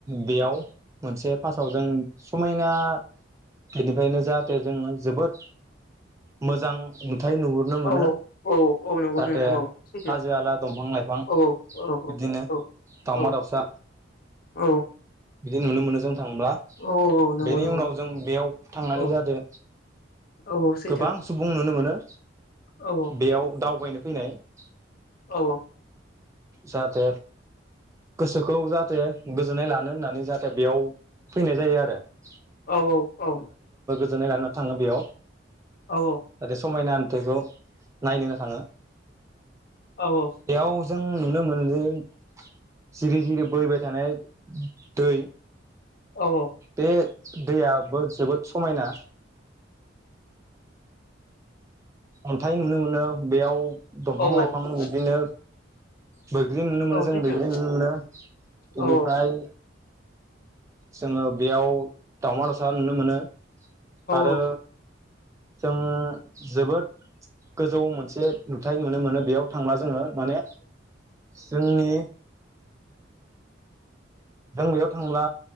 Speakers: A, on the right; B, on the left.
A: बेयाव मोनसे फार्स्टआव जों समायना बेनिफ्रायनो जाहाथे जोंंङो जोबोद मोजां हाथाय नुहुरनो मोनो
B: औ
A: ।
B: औ औ नंगौ
A: जाहाथे
B: नोंथां औ सैथो
A: हाजो हाला, दंफां लाइफां
B: औ औ
A: बिदिनो
B: औ
A: दावमा
B: औ
A: दाउसा
B: औ
A: बिदि नुनो मोनो जों थांब्ला ।
B: औ औ नंगौ
A: बेनि
B: नंगौ
A: उनाव जों बेयाव थांनानै
B: औ
A: जाहाथे
B: औ औ सैथो
A: गोबां सुबुं नुनो मोनो
B: औ औ
A: बेयाव दावबायनो फैनाय ।
B: औ
A: जाहाथे गोसोखौव जाहाथे गोजोननाय लानो होननानै जाहाथे बेयाव फैनाय जायो आरो ।
B: औ औ औ ।
A: गोजोननाय लानो थांङो बेयाव जाहाथे
B: औ
A: समायना नुथायखो नायनो नो थाङो
B: औ
A: बेयाव जों नुनो मोनो ज जिरि जिरि बैबाय थानाय दै
B: औ
A: बेेत दैयाबो जोबोद समायना। अन्थाइ नुनो मोनो। बेयाव
B: औ
A: दंफां लाइफां बिदिनो बैग्रि नुनो मोनो जों
B: सैथो
A: बैग्रि नुनो मोनो। बेनिफ्राय
B: औ औ
A: जोंङो बेयाव दावमा दावसा नुनो
B: औ
A: मोनो आरो
B: औ
A: जों जोबोद गोजौव मोनसे नुथाय नुनो मोनो बेयाव थांब्ला जोंङो माने जोंनि जों बेयाव थांब्ला